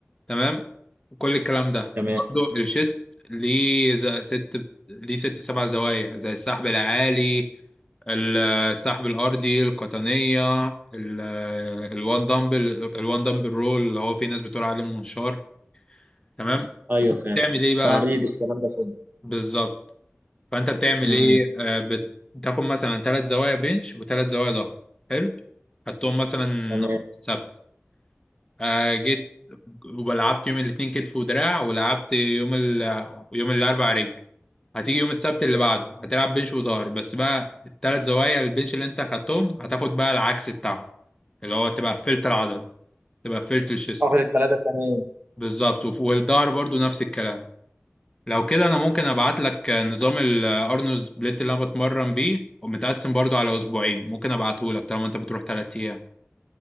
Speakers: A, on the left; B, on the right.
A: تمام وكل الكلام ده
B: تمام
A: وبرضه الشيست ليه ز- ست ليه ست سبع زوايا زي السحب العالي ال- السحب الأرضي القطنية ال- الوان دمبل الوان دمبل رول اللي هو في ناس بتقول عليه المنشار تمام
B: ايوه فاهم
A: تعمل ايه بقى
B: تعريض الكلام ده كله
A: بالظبط فانت بتعمل
B: امم
A: ايه آه، بتاخد مثلا ثلاث زوايا بنش وثلاث زوايا ظهر حلو خدتهم مثلا
B: تمام
A: السبت آه، جيت ولعبت يوم الاثنين كتف ودراع ولعبت يوم ال... يوم الاربع رجل هتيجي يوم السبت اللي بعده هتلعب بنش وظهر بس بقى الثلاث زوايا البنش اللي انت خدتهم هتاخد بقى العكس بتاعهم اللي هو تبقى قفلت العضله تبقى قفلت الشيست
B: اخد الثلاثه تمام
A: بالظبط وف- والظهر برضو نفس الكلام لو كده انا ممكن ابعت لك نظام الارنولد سبليت اللي انا بتمرن بيه ومتقسم برضو على اسبوعين ممكن ابعته لك طالما انت بتروح 3 ايام